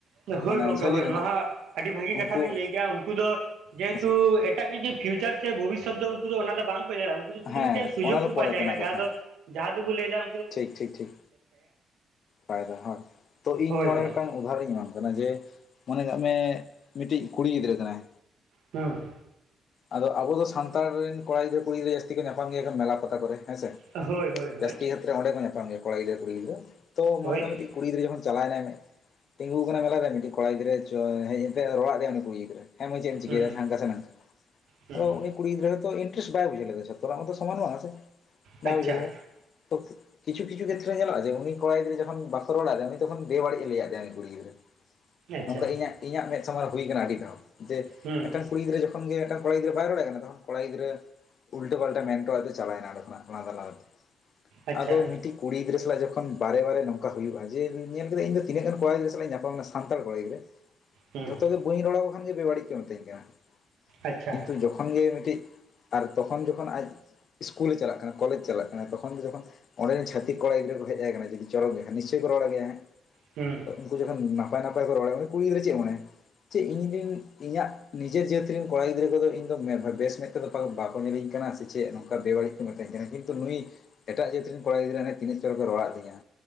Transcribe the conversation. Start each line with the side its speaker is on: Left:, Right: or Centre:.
Right: ᱦᱳᱭ
Left: ᱢᱟᱱᱮ
Right: ᱜᱚᱝᱠᱮ
Left: ᱡᱷᱟᱹᱞᱤ
Right: ᱦᱳᱭ
Left: ᱨᱮᱱᱟᱜ
Right: ᱱᱚᱣᱟ ᱦᱟᱸᱜ ᱟᱹᱰᱤ ᱵᱷᱟᱹᱜᱤ
Left: ᱩᱱᱠᱩ
Right: ᱠᱟᱛᱷᱟ ᱵᱤᱱ ᱞᱟᱹᱭ ᱠᱮᱜᱼᱟ ᱩᱱᱠᱩ ᱫᱚ ᱡᱮᱦᱮᱛᱩ
Left: ᱦᱮᱸᱥᱮ
Right: ᱮᱴᱟᱜ ᱠᱤᱪᱷᱩ ᱯᱷᱤᱭᱩᱪᱟᱨ ᱥᱮ ᱵᱷᱚᱵᱤᱥᱚᱛ ᱫᱚ ᱩᱱᱠᱩ ᱫᱚ ᱚᱱᱟ ᱫᱚ ᱵᱟᱝᱠᱚ ᱧᱮᱞᱟ ᱩᱱᱠᱩ ᱫᱚ ᱥᱩᱫᱩ
Left: ᱦᱮᱸ
Right: ᱢᱤᱫᱴᱮᱱ ᱥᱩᱡᱳᱜᱽ
Left: ᱚᱱᱟ ᱫᱚ
Right: ᱠᱚ
Left: ᱯᱚᱨᱮ
Right: ᱯᱟᱸᱡᱟᱭᱟ
Left: ᱛᱮᱱᱟᱜ ᱠᱟᱛᱷᱟ
Right: ᱡᱟᱦᱟᱸ ᱫᱚ ᱡᱟᱦᱟᱸ ᱫᱚᱵᱚ ᱞᱟᱹᱭ ᱫᱟ
Left: ᱴᱷᱤᱠ, ᱴᱷᱤᱠ, ᱴᱷᱤᱠ, ᱯᱷᱟᱭᱫᱟ ᱦᱳᱭ ᱛᱚ ᱤᱧ
Right: ᱦᱳᱭ
Left: ᱱᱚᱰᱮ
Right: ᱦᱳᱭ
Left: ᱢᱤᱫᱴᱟᱝ ᱩᱫᱟᱦᱚᱨᱚᱱ ᱤᱧ ᱮᱢᱟᱢ ᱠᱟᱱᱟ ᱡᱮ ᱢᱚᱱᱮ ᱠᱟᱜ ᱢᱮ ᱢᱤᱫᱴᱤᱡ ᱠᱩᱲᱤ ᱜᱤᱫᱽᱨᱟᱹ ᱠᱟᱱᱟᱭ
Right: ᱦᱩᱸ
Left: ᱟᱫᱚ ᱟᱵᱚ ᱫᱚ ᱥᱟᱱᱛᱟᱲ ᱨᱮᱱ ᱠᱚᱲᱟ ᱜᱤᱫᱽᱨᱟᱹ ᱠᱩᱲᱤ ᱜᱤᱫᱽᱨᱟᱹ ᱡᱟᱹᱥᱛᱤ ᱠᱚ ᱧᱟᱯᱟᱢ ᱜᱮᱭᱟ ᱠᱚ ᱢᱮᱞᱟ ᱯᱟᱛᱟ ᱠᱚᱨᱮ ᱦᱮᱸᱥᱮ,
Right: ᱦᱳᱭ, ᱦᱳᱭ, ᱦᱳᱭ᱾
Left: ᱪᱮ ᱠᱷᱮᱛᱨᱮ ᱚᱸᱰᱮ ᱠᱚ ᱧᱟᱯᱟᱢ ᱜᱮᱭᱟ ᱠᱚᱲᱟ ᱜᱤᱫᱽᱨᱟᱹ ᱠᱩᱲᱤ ᱜᱤᱫᱨᱟᱹ ᱛᱚ ᱢᱚᱱᱮ
Right: ᱦᱳᱭ
Left: ᱠᱟᱜ ᱢᱤᱫᱴᱤᱡ ᱠᱩᱲᱤ ᱜᱤᱫᱽᱨᱟᱹ ᱡᱚᱠᱷᱚᱱ ᱪᱟᱞᱟᱣᱱᱟᱭ ᱛᱤᱸᱜᱩ ᱠᱟᱱᱟᱭ ᱢᱮᱞᱟᱨᱮ ᱢᱤᱫᱴᱤᱡ ᱠᱚᱲᱟ ᱜᱤᱫᱽᱨᱟᱹ ᱪᱚ ᱦᱮᱡ ᱮᱱ ᱛᱮ ᱨᱚᱲ ᱟᱫᱮᱭᱟᱭ ᱠᱩᱲᱤ ᱜᱤᱫᱽᱨᱟᱹ᱾ ᱦᱮᱸ ᱢᱟᱹᱭ ᱪᱮᱫ ᱮᱢ ᱪᱤᱠᱟᱹᱭ
Right: ᱦᱩᱸ
Left: ᱫᱟ ᱦᱟᱝᱠᱟ ᱥᱮ ᱱᱟᱝᱠᱟ,
Right: ᱦᱩᱸ
Left: ᱛᱚ ᱩᱱᱤ ᱠᱩᱲᱤ ᱜᱤᱫᱽᱨᱟᱹ ᱛᱚ ᱤᱱᱴᱟᱨᱮᱥ ᱵᱟᱭ ᱵᱩᱡᱷᱟᱹᱣ ᱞᱮᱫᱟ ᱡᱷᱚᱛᱚ <unintelligible> <unintelligible> ᱥᱚᱢᱟᱱ <unintelligible> ᱥᱮ ᱵᱟᱭ
Right: ᱟᱪᱪᱷᱟ
Left: ᱵᱩᱡᱷᱟᱣ ᱞᱮᱫᱟ ᱛᱚ ᱠᱤᱪᱷᱩ ᱠᱤᱪᱷᱩ ᱠᱷᱮᱛᱨᱮ ᱧᱮᱞᱚᱜ ᱟ ᱡᱮ ᱩᱱᱤ ᱠᱚᱲᱟ ᱜᱤᱫᱨᱟᱹ ᱡᱮᱠᱷᱚᱱ ᱵᱟᱠᱚ ᱨᱚᱲ ᱟᱫᱮᱭᱟ ᱩᱱᱤ ᱛᱚᱠᱷᱚᱱ ᱵᱮᱼᱵᱟᱲᱤᱡ ᱮ ᱞᱟᱹᱭᱟ ᱟᱫᱮᱭᱟ ᱩᱱᱤ ᱠᱩᱲᱤ ᱜᱤᱽᱨᱟᱹ᱾
Right: ᱟᱪᱪᱷᱟ
Left: ᱱᱚᱝᱠᱟ ᱤᱧᱟᱹᱜ, ᱤᱧᱟᱹᱜ ᱢᱮᱫ ᱥᱟᱢᱟᱝ ᱦᱩᱭᱠᱟᱱᱟ ᱟᱹᱰᱤ ᱫᱷᱟᱹᱳ ᱡᱮ
Right: ᱦᱩᱸ
Left: ᱢᱮᱫᱴᱟᱝ ᱠᱩᱲᱤ ᱜᱤᱫᱽᱟᱹ ᱡᱚᱠᱷᱚᱱ ᱜᱮ ᱢᱮᱫᱴᱟᱝ ᱠᱚᱲᱟ ᱜᱤᱫᱽᱨ ᱵᱟᱭ ᱨᱚᱲᱟᱭ ᱠᱟᱱᱟ ᱛᱚ ᱠᱚᱲᱟ ᱜᱤᱫᱽᱨᱟᱹ ᱩᱞᱴᱟ ᱯᱟᱞᱴᱟ ᱢᱮᱱᱴᱚ ᱠᱟᱛᱮ ᱪᱟᱞᱟᱭᱮᱱᱟᱭ ᱟᱫᱚ ᱢᱟ ᱞᱟᱸᱫᱟ ᱞᱟᱸᱫᱟ ᱛᱮ
Right: ᱟᱪᱪᱷᱟ
Left: ᱟᱫᱚ ᱢᱤᱜᱴᱤᱜ ᱠᱩᱲᱤ ᱜᱤᱫᱽᱨᱟᱹ ᱥᱟᱞᱟᱜ ᱡᱚᱠᱷᱚᱱ ᱵᱟᱨᱮ ᱵᱟᱨᱮ ᱱᱚᱝᱠᱟ ᱦᱩᱭᱩᱜᱼᱟ ᱡᱮ ᱧᱮᱞ ᱛᱮᱫᱟ ᱤᱧ ᱫᱚ ᱛᱤᱱᱟᱹᱜ ᱜᱟᱱ ᱠᱚᱲᱟ ᱜᱤᱫᱽᱨᱟᱹ ᱥᱟᱞᱟᱜ ᱤᱧ ᱧᱟᱯᱟᱢ ᱱᱟ ᱥᱟᱱᱛᱟᱲ ᱠᱚᱲᱟ ᱜᱤᱫᱽᱨᱟᱹ,
Right: ᱦᱩᱸ
Left: ᱡᱚᱛᱚ ᱜᱮ ᱵᱟᱹᱧ ᱨᱚᱲ ᱟᱠᱚ ᱠᱷᱟᱱ ᱜᱮ ᱵᱮ-ᱵᱟᱹᱲᱤᱡ ᱠᱚ ᱢᱤᱛᱟᱹᱧ ᱠᱟᱱᱟ
Right: ᱟᱪᱪᱷᱟ
Left: ᱠᱤᱱᱛᱩ ᱡᱚᱠᱷᱟᱱ ᱠᱷᱚᱱ ᱜᱮ ᱢᱤᱜᱴᱤᱡ ᱟᱨ ᱛᱚᱠᱷᱚᱱ ᱡᱚᱠᱷᱚᱱ ᱟᱡ ᱤᱥᱠᱩᱞᱮ ᱪᱟᱞᱟᱜ ᱠᱟᱱᱟ ᱠᱚᱞᱮᱡᱽ ᱪᱟᱞᱟᱜ ᱠᱟᱱᱟ ᱛᱚᱠᱷᱚᱱ <unintelligible> ᱡᱚᱠᱷᱚᱱ ᱚᱸᱰᱮ ᱪᱟᱹᱤᱠ ᱠᱚᱲᱟ ᱜᱤᱫᱽᱟᱹ ᱠᱚ ᱦᱮᱡ ᱟᱭ ᱠᱟᱱᱟ ᱡᱮᱤ ᱪᱚᱨᱚᱠ ᱜᱮ ᱟᱭᱟ ᱱᱤᱥᱪᱭ ᱠᱚ ᱨᱚᱲ ᱟᱭ ᱜᱮᱭᱟ-ᱦᱟᱸ
Right: ᱦᱩᱸ
Left: ᱩᱱᱠᱩ ᱡᱚᱠᱷᱚᱱ ᱱᱟᱯᱟᱭ ᱱᱟᱯᱟᱭ ᱠᱚ ᱨᱚᱲᱟᱭᱟ ᱩᱱᱤ ᱠᱩᱲᱤ ᱜᱤᱫᱟᱹᱨ ᱪᱮᱜ ᱢᱚᱱᱮᱭᱟ ᱪᱮᱜ ᱤᱧᱨᱮᱱ ᱤᱧᱟᱹᱜ ᱱᱤᱡᱮᱨ ᱡᱟᱹᱛᱤ ᱨᱮᱱ ᱠᱚᱲᱟ ᱜᱤᱫᱽᱨᱟᱹ ᱠᱚᱫᱚ ᱤᱧ ᱫᱚ ᱵᱮᱥ ᱢᱮ ᱵᱟᱠᱚ ᱧᱮᱞᱤᱧ ᱠᱟᱱᱟ ᱥᱮ ᱪᱮᱜ ᱱᱚᱝᱠᱟ ᱵᱮᱵᱟᱹᱲᱤᱡ ᱠᱚ ᱢᱤᱛᱟᱹᱧ ᱠᱟᱱᱟ ᱠᱤᱱᱛᱩ ᱱᱩᱭ ᱮᱴᱟᱜ ᱡᱟᱹᱛ ᱨᱮᱱ ᱠᱚᱲᱟ ᱜᱤᱫᱽᱨᱟᱹ ᱦᱟᱱᱮ ᱛᱤᱱᱟᱹᱜ ᱪᱚᱨᱚᱠ ᱮ ᱨᱚᱲᱟᱜ ᱫᱤᱧᱟ